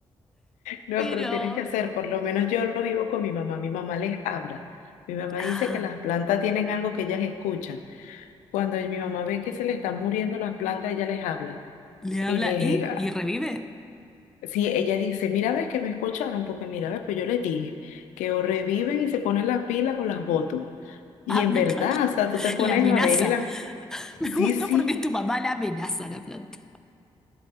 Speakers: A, on the left; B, in the centre.
A: No,
B: Pero...
A: pero tienes que hacer, por lo menos yo lo vivo con mi mamá, mi mamá les habla. Mi mamá
B: Ah,
A: dice que las plantas tienen algo que ellas escuchan. Cuando mi mamá ve que se le están muriendo las plantas, ella les habla.
B: le
A: Y
B: habla
A: les,
B: y,
A: ah,
B: y revive.
A: sí, ella dice, mira, ves que me escucharon, porque mira, ves, pues yo les dije que o reviven y se ponen las pilas o las boto.
B: <laughs>
A: Y
B: Ah,
A: en
B: me
A: verdad,
B: encanta.
A: o sea, tú te pones
B: La amenaza.
A: a ver y las...
B: Me
A: Sí,
B: gusta
A: sí,
B: porque es tu mamá la amenaza a la planta.